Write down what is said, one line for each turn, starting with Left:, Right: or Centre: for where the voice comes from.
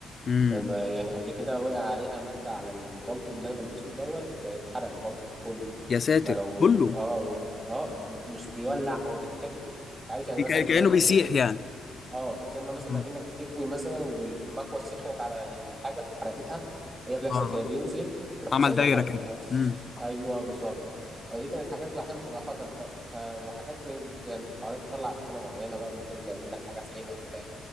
Left: امم
Right: ما- يعني قبل كده وقع عليها مادة على البلطو اللي انا بلبسه دوت اتحرق البلطو كله
Left: يا ساتر
Right: فلو
Left: كله
Right: اه اه مش بيولع هو بيتحرق انت عارف يعني مثلا
Left: كأ-
Right: زي
Left: كأنه
Right: ما
Left: بيسيح
Right: بتكوي
Left: يعني
Right: اه زي ما مثلا
Left: مم.
Right: ما كأنك بتكوي مثلا والمكوة سخنت على الحاجة فحرقتها هي بتحصل
Left: اه اه
Right: كده بينزل تروح
Left: عمل
Right: مسيحاه
Left: دايرة كده
Right: في وقت
Left: امم
Right: ايوه بالظبط فدي كانت حاجات احيانا بتبقى خطر بقى ف... وحاجات ب... يعني التفاعلات بتطلع ادخنه معينه بقى ممكن تعمل لك حاجه في عينك بتاع